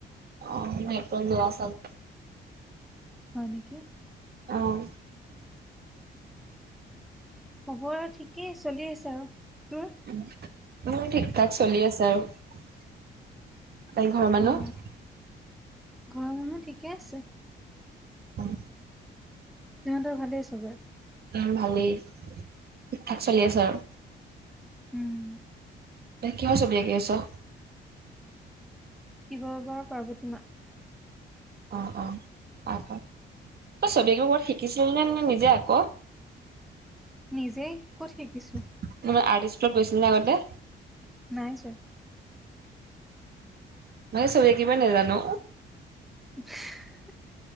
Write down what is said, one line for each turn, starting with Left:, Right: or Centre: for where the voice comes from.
Right: অ নেটৱৰ্ক বেয়া ছাগ
Centre: হয় নেকি
Right: অহ
Centre: খবৰ আৰু ঠিকেই চলি আছে আৰু তোৰ
Right: উম মোৰ ঠিক ঠাক চলি আছে আৰু বাকী ঘৰৰ মানুহ
Centre: অ', ঘৰৰ মানুহ ঠিকে আছে
Right: উম
Centre: তহঁতৰ ভালেই চবৰে
Right: উম ভালেই ঠিকঠাক চলি আছে আৰু
Centre: উম,
Right: তই কিহৰ ছবি আকি আছ
Centre: শিৱ বাবাৰ পাৰ্বতীমা
Right: অ অ আক আক তই ছবি আকিব কবাত শিকিছিলি নে নিজে আক
Centre: নিজেই ক'ত শিকিছোঁ
Right: নহয় মানে আৰ্ট স্কুলত গৈছিল নে আগতে
Centre: নাই যোৱা
Right: মই যে চবি আকিবই নাজানো
Centre: <unintelligible>